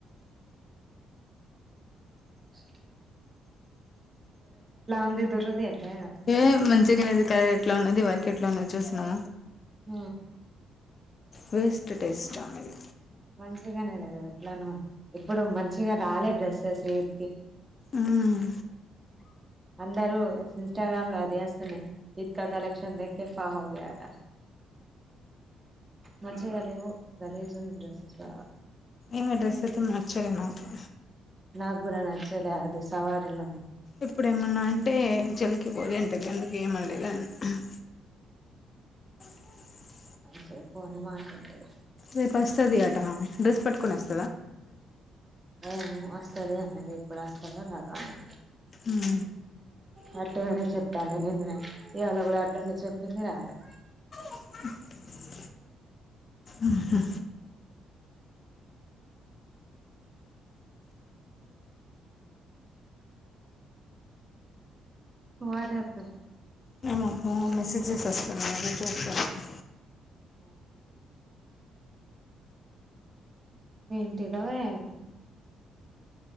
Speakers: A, on the right; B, on the left.
A: చీ ఉంది దుర్రది ఎట్లా
B: ఏ మంచిగానే లేదు <unintelligible> ఎట్లా ఉన్నది ఇది వరక్ ఎట్లా ఉన్నది చూసినం
A: ఊ
B: వేస్ట్ టెస్టామెది
A: మంచిగానే లేదు ఎట్లానో వుంది ఇప్పుడు మంచిగ రాలే డ్రెస్సెస్ యూత్ కి
B: ఉమ్,
A: అందరూ ఇన్స్టాగ్రామ్ లో అదే అస్తునయ్ ఈద్కా కలెక్షన్ దేకే ఫా హోగయ అట మంచిగా లేవు గలీజ్ ఉన్నయ్ డ్రెస్సస్ బాగా
B: ఏమో డ్రెస్ ఐతే నచ్చలే నాకు
A: నా కూడా నచ్చలే అది సవారిలో
B: ఇప్పుడ ఏమన్నా అంటే జల్కి పోగే అంటది అందుకు ఏమనలేదు నేను హ్హ్ <unintelligible>
A: మంచిగా ఫోన్ ఏ మాటింటది
B: రేపస్తది ఆట ఆమె డ్రెస్ పట్కొన్ అస్
A: ఏమో అస్తది అన్నది ఎప్పుడు అస్తదో రాదో ఆమే
B: ఊ
A: గట్టిగనే చెప్తాంది నిన్ననే ఇవాళ కూడా అట్లానే చెప్పింది రాలే
B: ఉ ఊహు
A: వాట్ హాప్పెన్ట్
B: మేము ఏమో మెసేజ్ జేసి వస్తున్నాం అది చూసుకోలేదు
A: ఊ ఏంటిదో ఏమో